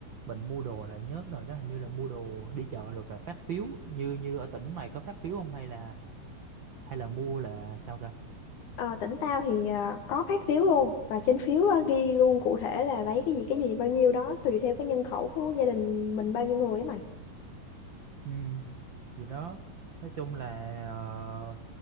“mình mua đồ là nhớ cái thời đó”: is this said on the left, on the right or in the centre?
Right